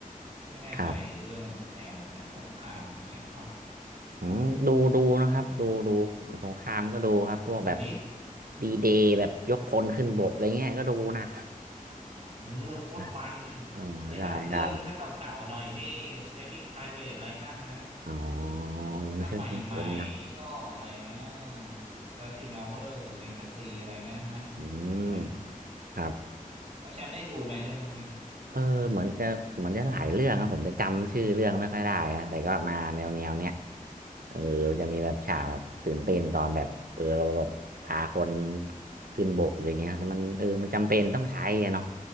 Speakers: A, on the right; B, on the right.
A: พี่ไม่แน่ใจเรื่องแนวหนังสงครามน้องแชมป์ชอบ
B: ครับอืมดูดูนะครับดูดูของสงครามก็ดูครับพวกแบบ
A: โอ้โหนี่
B: ดีเดย์แบบยกพลขึ้นบกอะไรเงี้ยก็ดูนะ
A: เออโคตรมัน
B: <laughs> อ๋อได้ได้
A: ไอ้แบบเรื่องถ้าเก่าๆหน่อยนี่ Saving Private Ryan นะ
B: อ๋อเออน่าชื่นชมคนนะ
A: ถ้าใหม่ๆก็อะไรนะ13 Hour Benghazi อะไรนะใช่ไหม
B: อืม
A: พวกนั้น
B: ครับ
A: น้องแชมป์ได้ดูไหมเรื่องพวกนี้
B: เออเหมือนจะเหมือนจะหลายเรื่องนะผมจะจำชื่อเรื่องไม่ค่อยได้นะแต่ก็มาแนวแนวเนี้ยเออจะมีแบบฉากแบบตื่นเต้นตอนแบบเออเราแบบพาคนขึ้นบกอะไรเงี้ยแต่มันเออมันจำเป็นต้องใช้อะเนาะ